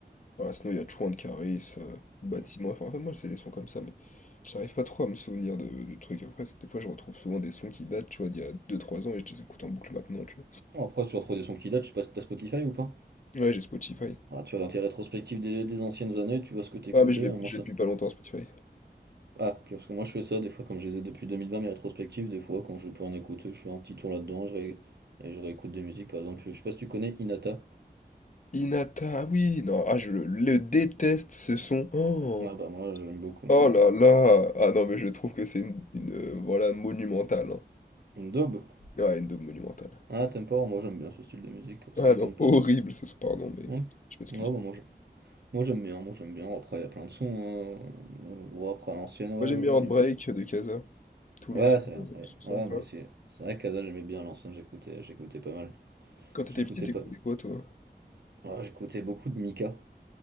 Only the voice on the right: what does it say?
Mm.
Bon, Après tu vas trouver des sons qui datent, je sais pas si t'as Spotify ou pas.
Voilà, tu vas dans tes rétrospectives des, des anciennes années, tu vois ce que t'écoutais,
moi
ça
Ah, ok, parce que moi je fais ça des fois, comme je les ai depuis 2020, mes rétrospectives, des fois quand je peux en écouter, je fais un petit tour là-dedans je ré- et je réécoute des musiques. Par exemple, je sais pas si tu connais Inata.
Ah bah moi j'aime beaucoup, moi.
Une daube?
Ah, t'aimes pas? Moi j'aime bien ce style de musique, ça
m'étonne
pas
que t'a-
Hum
Non, bah moi je- moi, j'aime bien, moi j'aime bien. Après, il y a plein de sons. hein. Ouais, après, à l'ancienne, ouais,
je
suis plus.
Ouais,
c'est
vrai, c'est vrai.
Ouais, moi aussi. C'est vrai qu'Ada, j'aimais bien à l'ancienne, j'écoutais j'écoutais pas mal.
J'écoutais
pas.
Ouais, j'écoutais beaucoup de Mika.